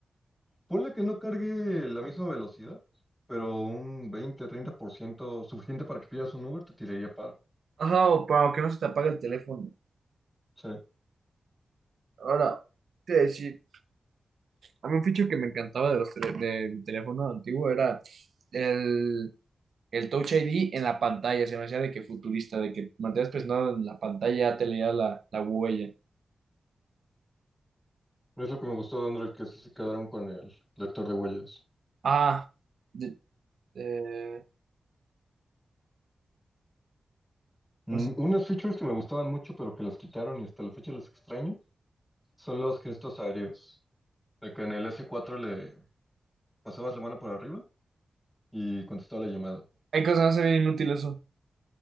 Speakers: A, in the centre; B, on the right (about 80°).
A: Ponle que no cargue la misma velocidad, pero un veinte, treinta por ciento suficiente para que pidas un Uber te tiraría paro.
B: Ajá, o para que no se te apague el teléfono.
A: Sí,
B: Ahora, te voy a decir, a mí un feature que me encantaba de, los tele- de mi teléfono antiguo era el, el Touch ID en la pantalla. Se me hacía de que futurista, de que mantenías presionado en la pantalla, te leía la, la huella.
A: es lo que me gustó de Android, que así se quedaron con el lector de huellas.
B: Ah, De- eh,
A: Mm,
B: no sé.
A: unas features que me gustaban mucho, pero que las quitaron y hasta la fecha las extraño, son los gestos aéreos. De que en el S4 le pasabas la mano por arriba y contestaba la llamada.
B: hay cosas que no se ven inútil eso.